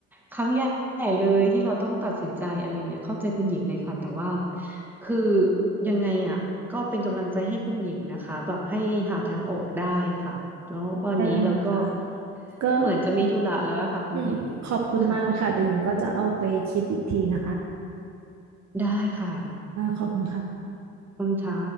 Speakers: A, in the centre; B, on the right.
A: ครั้งใหญ่เลยที่เราต้องตัดสินใจอะไรเงี้ยเข้าใจคุณหญิงเลยค่ะแต่ว่าคือยังไงอ่ะก็เป็นกำลังใจให้คุณหญิงนะคะแบบให้หาทางออกได้ค่ะแล้ววันนี้เราก็
B: ได้ค่ะก็
A: เหมือนจะมีธุระแล้วอะค่ะคุณหญิง
B: อืมขอบคุณมากเลยค่ะแต่หญิงก็จะเอาไปคิดอีกทีนะคะ
A: ค่ะได้ค่ะ
B: อ่าขอบคุณค่ะ
A: คุณชา